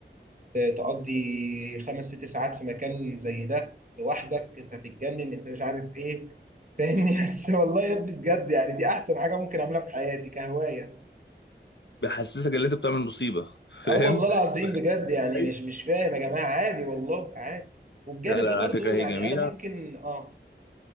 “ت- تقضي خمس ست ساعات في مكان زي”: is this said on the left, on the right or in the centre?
Right